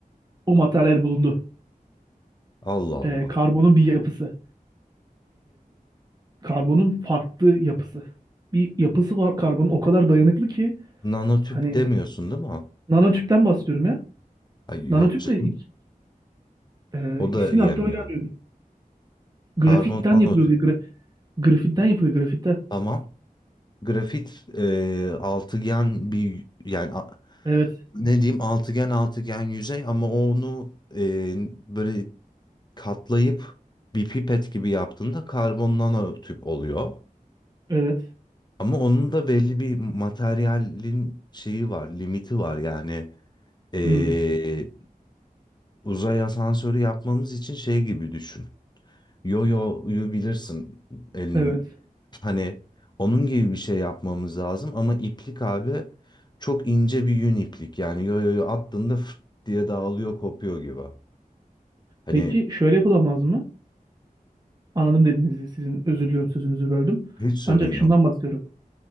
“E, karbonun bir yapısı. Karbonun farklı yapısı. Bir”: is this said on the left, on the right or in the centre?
Right